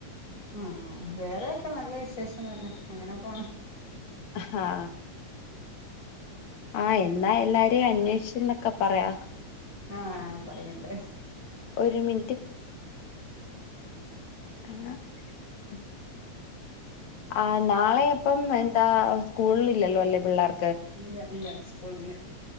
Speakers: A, on the left; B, on the left.
A: ഉം വേറെയൊ ക്കെ നല്ല വിശേഷം തന്നെ അങ്ങനെ പോണ്
B: ഹ്ആ ആ എന്നാ എല്ലാരെം അനേഷിച്ചെന്നൊക്കെ പറയാ
A: ആ പറയെണ്ട്
B: ഒരു മിനിറ്റ് ആ ഉം ആ നാളെ അപ്പം എന്താ സ്കൂൾ ഇല്ലലോ പിള്ളാർ
A: ഇല്ല ഇല്ല സ്കൂൾ ഇല്ല